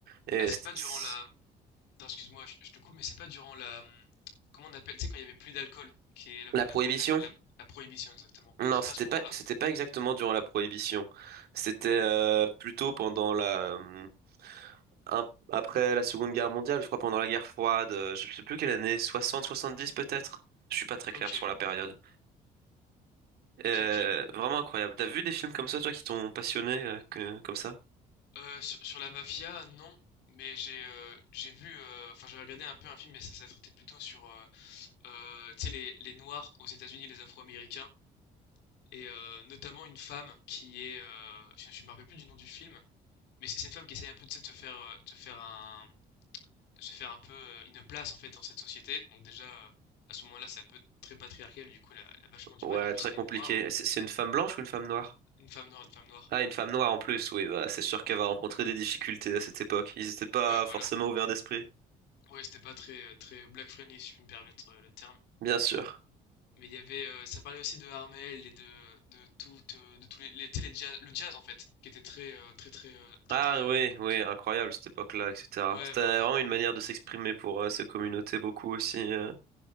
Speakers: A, on the right (about 70°); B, on the left (about 80°).
A: Et
B: Ah, c'est
A: c'est-
B: pas durant
A: c'est-
B: la. Attends, excuse-moi, je, je te coupe, mais c'est pas durant la. hum, Comment on appelle? Tu sais, quand il y avait plus d'alcool, qui est la
A: la
B: vente
A: prohibition?
B: d'alcool, était int- la, la prohibition exactement.
A: Non,
B: C'est
A: c'était
B: pas à ce
A: pas,
B: moment-là?
A: c'était pas exactement durant la prohibition. C'était euh, plutôt pendant la hum, un- après la Seconde Guerre mondiale, je crois pendant la guerre froide, euh, je sais plus quelle année, soixante soixante-dix peut-être? Je suis pas très clair
B: Ok,
A: sur la période.
B: ok,
A: Euh,
B: ok.
A: vraiment incroyable. T'as vu des films comme ça, toi, qui t'ont passionné, euh, que- comme ça?
B: Euh, sur, sur la mafia, non. Mais j'ai euh, j'ai vu, euh, enfin j'avais regardé un peu un film, mais ça, ça traitait plutôt sur, euh, euh, tu sais, les, les Noirs aux États-Unis, les Afro-Américains. et euh, notamment une femme qui est, euh, je, je me rappelle plus du nom du film, mais c'est c'est une femme qui essaye un peu tu sais, de se faire, euh, de faire un, de se faire un peu euh, une place en fait dans cette société. Donc déjà euh, à ce moment-là, c'est un peu très patriarcal, du coup, elle a, elle a vachement du
A: Ouais,
B: mal. En plus,
A: très
B: elle
A: compliqué.
B: est noire,
A: C'est c'est une femme blanche ou une femme noire?
B: une femme noire, une femme noire.
A: Ah, une femme noire en plus, oui, bah, c'est sûr qu'elle va rencontrer des difficultés à cette époque. Ils n'étaient pas
B: Ouais,
A: forcément
B: voilà.
A: ouverts d'esprit.
B: Ouais, c'était pas très euh, très black friendly si je puis me permettre euh, le terme.
A: Bien sûr.
B: Mais il y avait, euh, ça parlait aussi de Harmel et de de toute, euh, de tous les, les, tu sais, les jazz- le jazz en fait, qui était très euh, très très euh,
A: Ah
B: très très euh,
A: oui,
B: comment
A: oui,
B: dire.
A: incroyable
B: euh,
A: cette époque-là, etc.
B: Ouais,
A: C'était
B: voilà.
A: vraiment une manière de s'exprimer pour euh, ces communautés beaucoup aussi euh,